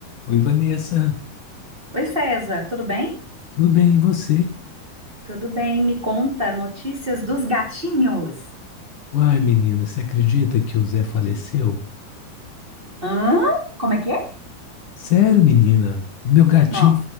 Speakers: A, on the left; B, on the right.
A: Oi, Vanessa,
B: Oi, César, tudo bem?
A: tudo bem? E você?
B: Tudo bem, me conta notícias dos gatinhos.
A: Uai, menina, você acredita que o Zé faleceu?
B: Hã? Como é que é?
A: Sério, menina? O Meu gatinho,
B: Não.